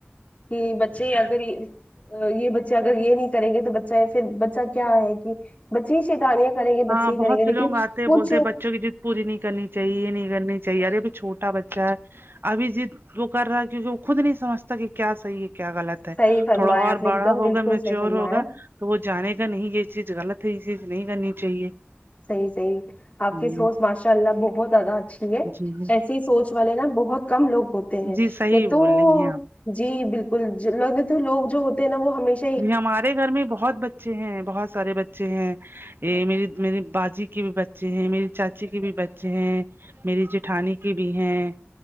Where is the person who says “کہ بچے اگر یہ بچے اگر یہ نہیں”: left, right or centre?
Left